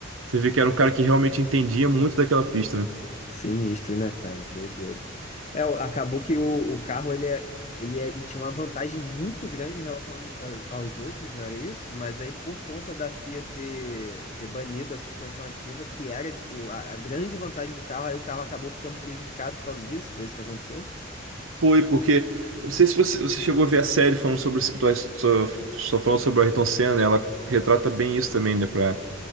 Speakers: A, on the right; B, on the left.
A: Você vê que era um cara que realmente entendia muito daquela pista, né?
B: Sinistro, né, cara? Doideira. É, o- acabou que o, o carro ele, é, ele, é- ele tinha uma vantagem muito grande em relação aos, a- aos outros, não era isso? Mas aí, por conta da FIA ter, ter banido a suspensão ativa, que era, tipo, a, a grande vantagem do carro, aí o carro acabou ficando prejudicado por causa disso? Foi isso que aconteceu?
A: Foi, porque. eu Não sei se você, você chegou a ver a série falando sobre, o- do- só, só falando sobre o Ayrton Senna, né? Ela retrata bem isso também, né? Pra,